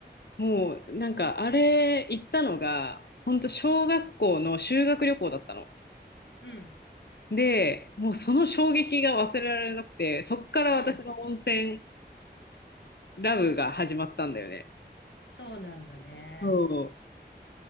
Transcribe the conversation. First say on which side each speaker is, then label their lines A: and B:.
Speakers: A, on the left; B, on the left.
A: もうなんかあれ行ったのが、ほんと小学校の修学旅行だったの。
B: うん、
A: で、もうその衝撃が忘れられなくて、そっから私の温泉
B: うん。
A: ラブが始まったんだよね。
B: そうなんだね。
A: そう。